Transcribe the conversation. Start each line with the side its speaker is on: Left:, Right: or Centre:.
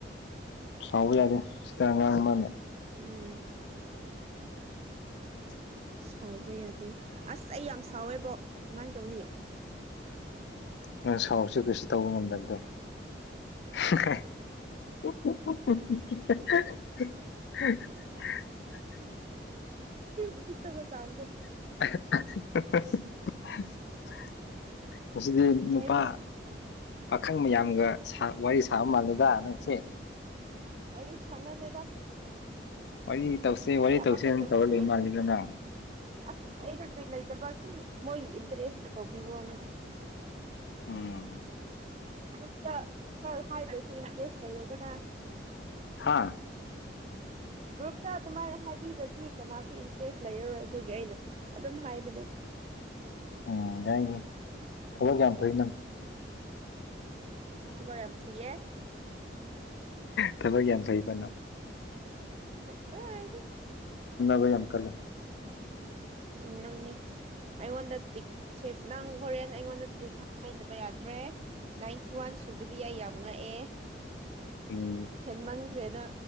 Left: ꯁꯥꯎꯕ ꯌꯥꯗꯦ ꯁꯤꯗ ꯑꯉꯥꯡ ꯃꯥꯥꯟꯅ
Right: ꯎꯝ
Left: <unintelligible> <inaudible>
Right: ꯁꯥꯎꯕ ꯌꯥꯗꯦ ꯑꯁ ꯑꯩ ꯌꯥꯝ ꯁꯥꯎꯋꯦꯕꯣ ꯀꯃꯥꯏ ꯇꯧꯅꯤ
Left: ꯅꯪ ꯁꯥꯎꯁꯨ ꯀꯔꯤꯁꯤ ꯇꯧꯕ ꯉꯝꯗꯕꯗꯣ <unintelligible> <inaudible>
Right: ꯑ ꯁꯤꯠꯇꯕ ꯆ
Left: <unintelligible> <inaudible> ꯉꯁꯤꯗꯤ
Right: ꯐꯩ
Left: ꯅꯨꯄꯥ
Right: ꯐꯩ
Left: ꯄꯥꯈꯪ ꯃꯌꯥꯝꯒ ꯋꯥꯔꯤ ꯁꯥꯕ ꯃꯥꯜꯂꯦꯗ ꯅꯪꯁꯦ
Right: ꯑꯩ ꯁꯥꯟꯅꯗꯦꯕ
Left: ꯋꯥꯔꯤ ꯇꯧꯁꯦ
Right: ꯃꯤ
Left: ꯋꯥꯔꯤ
Right: ꯑꯃꯈꯛꯇ
Left: ꯇꯧꯁꯦ ꯇꯧꯔ
Right: ꯁꯥꯟꯅꯩꯑꯦ
Left: ꯂꯩ ꯃꯥꯜꯂꯦꯗ ꯅꯪ
Right: ꯑꯁ ꯑꯩ ꯔꯖꯤ ꯂꯩꯇꯕ ꯁꯨꯝ ꯃꯣꯏꯒꯤ ꯏꯟꯇꯔꯦꯁꯇꯨ ꯇꯧꯕꯤꯕꯣꯅ
Left: ꯎꯝ
Right: ꯭ꯒꯔꯨꯞ ꯇ ꯈꯔ ꯍꯥꯏꯗꯁꯨ ꯏꯟꯇꯔꯦꯁ ꯂꯩꯔꯒꯅ
Left: ꯍꯥꯥ <unintelligible> <inaudible>
Right: ꯒ꯭ꯔꯨꯞꯇ ꯑꯗꯨꯃꯥꯏꯅ ꯍꯥꯏꯕꯤꯗꯗꯤ ꯀꯅꯥꯁꯨ ꯏꯟꯇꯔꯦꯁ ꯂꯩꯔꯔꯣꯏ ꯑꯗꯨꯒꯤ ꯑꯩꯅ ꯑꯗꯨꯝ ꯍꯥꯏꯕꯅꯦ
Left: ꯎꯝ ꯥꯏꯅꯤ ꯊꯕꯛ ꯌꯥꯝ ꯐꯏ ꯅꯪ
Right: ꯊꯕꯛ ꯌꯥꯝ ꯊꯨꯏꯌꯦ
Left: ꯊꯕꯛ ꯌꯥꯝ ꯐꯩꯕꯅꯣ
Right: ꯀꯠꯇ ꯍꯥꯏꯥꯏꯗꯒꯤ
Left: ꯕ ꯌꯥꯝꯀꯜꯂꯦ
Right: ꯎꯝ ꯅꯪꯅꯦ ꯑꯩꯉꯣꯟꯗ ꯇꯔꯤꯛ ꯅꯪ ꯍꯣꯔꯦꯟ ꯑꯩꯉꯣꯟꯗ ꯇ꯭ꯔꯤꯛ ꯍꯥꯏꯗꯕ ꯌꯥꯗ꯭ꯔꯦ ꯅꯥꯏꯟꯇꯤ ꯋꯥꯟ ꯁꯨꯕꯗꯤ ꯑꯩ ꯌꯥꯝ ꯉꯛꯑꯦ
Left: ꯎꯝ
Right: ꯍꯦꯟ ꯃꯟꯈ꯭ꯔꯦꯅ